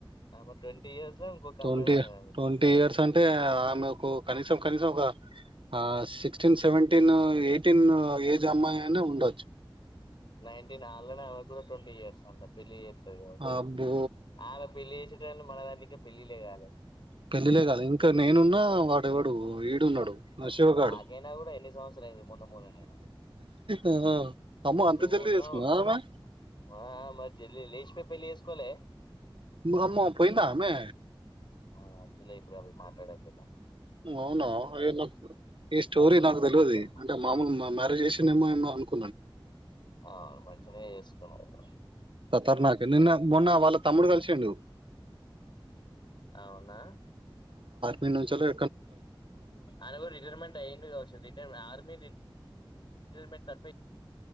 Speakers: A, on the left; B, on the right.
A: అమే ట్వంటీ ఇయర్స్ లో ఇంకొక
B: ట్వంటీ
A: అమ్మాయి ఉన్నది ఆమెకి
B: ట్వంటీ ఇయర్స్ అంటే నాకు కనీసం కనీసం ఒకా ఆ sixteen seventeen eighteen age అమ్మాయి అయిన ఉండొచ్చు
A: నైన్టీన్ ఆల్రెడీ ఆమె కూడా ట్వంటీ ఇయర్స్ అంట పెళ్ళి చేస్తంది గావోచు
B: అబ్బో
A: ఆమె పెళ్లి చేసే టైమ్కీ మనదాంట్ల ఇంకా పెళ్ళిళ్ళెగాలేదు
B: పెళ్ళిలే గాలే ఇంకా నేనున్నా వాడెవడు ఈడున్నడు శివగాడు
A: ఇప్పుడు మాకైనా కూడా ఎన్ని సంవత్సరాలు అయింది మొన్న మొన్ననేనే
B: ఆ ఆమో అంత
A: నువ్వు
B: జల్ది
A: ఉన్నావ్
B: చేస్తున్నాద ఆమె
A: ఆ మరి జల్ది లేచిపోయి పెళ్లి చేసుకోవాలే
B: ఓయమ్మో పోయిందా ఆమె
A: ఆ అద్దులే ఇప్పుడు అవి మాట్లాడదు ఇక
B: అవునా అయో నాకు ఈ స్టోరీ నాకు తెల్వది
A: ఇంకా
B: అంటే మామూలు మా మ్యారేజ్ చేసిండనీ అనుకు
A: ఆ మంచనే చేసున్నరు
B: కతర్నాకు నిన్న మొన్న వాళ్ళ తమ్ముడు కలిసిండు
A: అవునా
B: నిన్నుంచలే
A: ఆయన కూడా రిటైర్మెంట్ అయ్యండు కావచ్చు రిటైర్ంట్ ఆర్మీ రిటైర్మెంట్ తప్పి